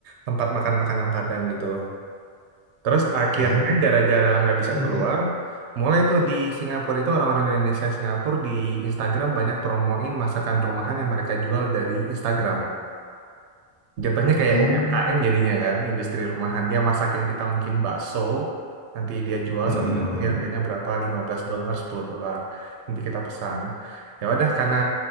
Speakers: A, on the right; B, on the left.
A: tempat makan makanan Padang gitu loh. Terus akhirnya
B: Oh,
A: gara-gara nggak
B: oke
A: bisa
B: oke.
A: keluar, mulai tuh di Singapura itu orang-orang Indonesia Singapura di Instagram banyak promoin masakan rumahan yang mereka jual dari Instagram. Jatuhnya kayak
B: Hmm.
A: UMKM jadinya kan, industri rumahan. Dia masak yang kita mungkin bakso, nanti dia jual
B: Mm-mm.
A: satu porsi harganya berapa, 15 dolar, 10 dolar. Nanti kita pesan. Ya udah karena